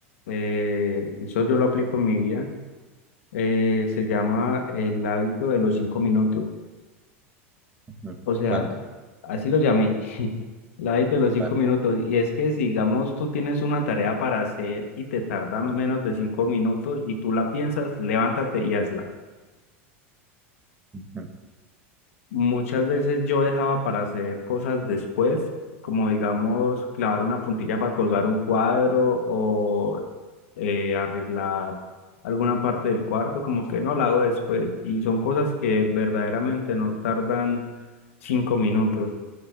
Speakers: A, on the left; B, on the right.
A: eh, eso yo lo aplico en mi vida, eh, se llama el hábito de los cinco minutos.
B: Mm,
A: O sea,
B: Cuéntame.
A: así lo llamé, <laughs> el hábito de los cinco
B: Vale.
A: minutos. Y es que, si, digamos, tú tienes una tarea para hacer y te tardan menos de cinco minutos y tú la piensas, levántate y hazla.
B: Ujú.
A: Muchas veces yo dejaba para hacer cosas después, como, digamos, clavar una puntilla para colgar un cuadro o eh, arreglar alguna parte del cuarto, como que no la hago después. Y son cosas que verdaderamente no tardan cinco minutos.